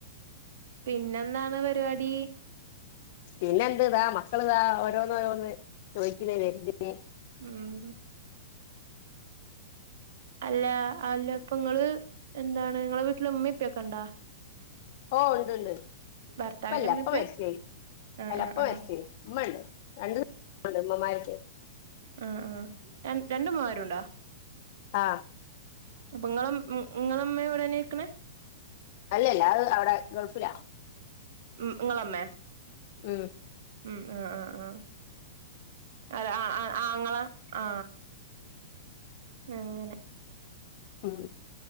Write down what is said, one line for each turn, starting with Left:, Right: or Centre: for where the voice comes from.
Right: പിന്നെന്താണ് പരിപാടി.
Left: പിന്നെ എന്ത് ഇതാ. മക്കൾ ഇതാ ഓരോന്ന് ഓരോന്ന് ചോദിക്കുന്ന വരു.
Right: ഉം അല്ല അല്ല ഇപ്പ നിങ്ങള് എന്താണ് നിങ്ങളെ വീട്ടില ഉമ്മപ്പൊക്കെ ഉണ്ടാ
Left: ഓഹ് ഉണ്ട്ണ്ട്.
Right: ഭർത്താവിന്റെ
Left: ഉപ്പല്ല.
Right: ഉമ്മേം
Left: പ്പ
Right: ഉപ്പേം
Left: മരിച്ചായി
Right: ആ
Left: അല്ല
Right: ആ ആ
Left: ഉപ്പ മരിച്ചേയി. ഉമ്മ ഉണ്ട് രണ്ട ദിവസണ്ട് ഉമ്മമാരക്ക
Right: ആഹ് ആഹ് രണ്ട മ്മമാരുണ്ടോ.
Left: ആ
Right: അപ്പം ഇങ്ങളും ഉം ഇങ്ങള ഇമ്മീ ഇവടെന്നെര്ക്ക്‌ണ
Left: അല്ലല്ല അത് അവടെ ഗൾഫിലാ.
Right: ഉം ഇങ്ങള ഇമ്മേ
Left: ഉം.
Right: ഉം ആ ആ ആ അത് ആ ആ ആങ്ങള ആ അങ്ങനെ.
Left: ഉം.